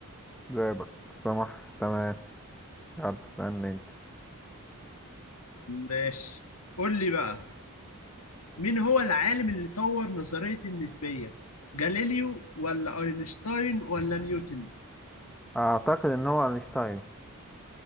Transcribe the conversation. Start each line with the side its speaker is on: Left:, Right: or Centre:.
Centre: زئبق سمح تمام يلا اسألني أنت
Left: ماشي قول لي بقى مين هو العالم اللي طور نظرية النسبية؟ جاليليو ولا أينشتاين ولا نيوتن؟
Centre: أعتقد إن هو أينشتاين